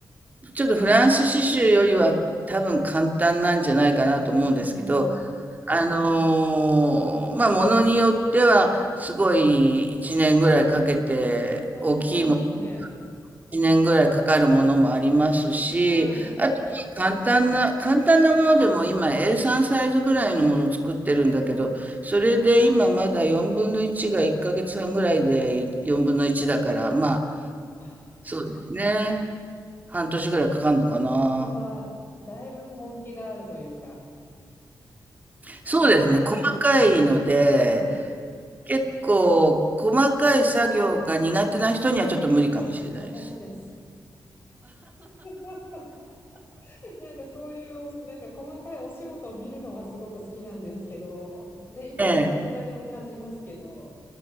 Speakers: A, on the right (about 25°); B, on the left (about 30°).
A: ちょっとフランス刺繍よりは多分簡単なんじゃないかなと思うんですけど、
B: ええ
A: あのーまあ、ものによってはすごい1年ぐらいかけて大きい一年ぐらいかかるものもありますし、
B: うわ、すごいですね。はい。
A: あとは簡単な、簡単なものでも今 A3 サイズぐらいのものを作ってるんだけど、それで今まだ4分の1が1ヶ月半ぐらいで4分の1だから、まあ、
B: わあ
A: そうですね。半年ぐらいかかるのかな。
B: それは、だいぶ根気があるというか、
A: そうですね。
B: そうです
A: 細かいので、
B: はい。
A: 結構細かい作業が苦手な人にはちょっと無理かもしれないです。
B: 私です。<laughs> <laughs> なんかそういうおなんか細かいお仕事を見るのはすごく好きなんですけど、で、いつも憧れを感じますけど、
A: ええ、